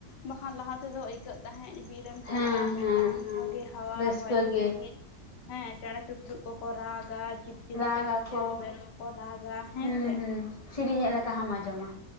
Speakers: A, on the left; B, on the left.
A: ᱵᱟᱠᱷᱟᱱ ᱞᱟᱦᱟ ᱛᱮᱫᱚ ᱟᱹᱭᱠᱟᱹᱜ ᱛᱟᱦᱮᱸᱫ ᱵᱤᱨ ᱮᱢ ᱪᱟᱞᱟᱜᱼᱟ
B: ᱦᱮᱸ
A: ᱢᱤᱫᱴᱟᱝ
B: ᱦᱮᱸ ᱦᱮᱸ
A: ᱵᱷᱟᱹᱜᱤ ᱦᱟᱣᱟ
B: ᱨᱟᱹᱥᱠᱟᱹ
A: ᱦᱚᱭ ᱦᱤᱥᱤᱫ
B: ᱜᱮ
A: ᱦᱮᱸ ᱪᱮᱬᱮ ᱪᱤᱯᱲᱩᱫ ᱠᱚᱠᱚ ᱨᱟᱜᱟ ᱡᱤᱵᱽ ᱡᱤᱭᱟᱹᱞᱤ
B: ᱨᱟᱜᱟᱠᱚ
A: ᱠᱚᱠᱚ ᱪᱮᱨᱚ ᱵᱮᱨᱚ ᱠᱚ ᱨᱟᱜᱟ ᱦᱮᱸᱥᱮ,
B: ᱦᱩᱸ ᱦᱩᱸ ᱥᱮᱨᱮᱧᱮᱫ ᱞᱮᱠᱟ ᱦᱚᱸᱢ ᱟᱸᱡᱚᱢᱟ᱾